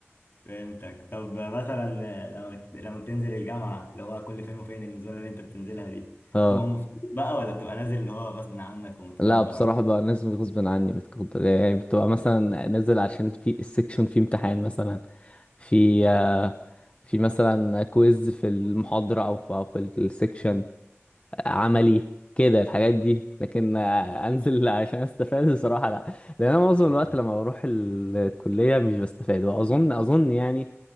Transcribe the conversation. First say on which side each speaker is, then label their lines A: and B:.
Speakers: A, on the left (about 50°); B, on the left (about 30°).
A: فهمتك طب مثلا لما لما بتنزل الجامعه اللي هو كل فين وفين النزوله اللي انت بتنزلها دي
B: اه
A: بتبقى مبسوط بقى ولا بتبقى نازل اللي هو غصب عنك ومتقدر
B: لا بصراحة بقى لازم غصب عني بتقدر يعني بتبقى مثلا نازل عشان في السيكشن في امتحان مثلا في آه، في مثلا كويز في المحاضرة أو في أو في السيكشن عملي كده الحاجات دي لكن آه، انزل عشان استفاد بصراحه لا لان انا معظم
A: <laughs>
B: الوقت لما بروح الكليه مش بستفاد واظن اظن يعني